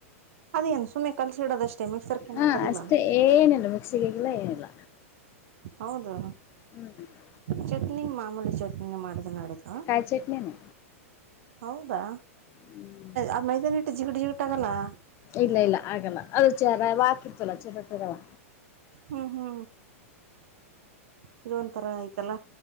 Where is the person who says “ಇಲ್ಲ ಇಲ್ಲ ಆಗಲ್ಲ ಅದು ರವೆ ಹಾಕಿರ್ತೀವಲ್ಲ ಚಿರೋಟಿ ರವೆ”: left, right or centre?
Left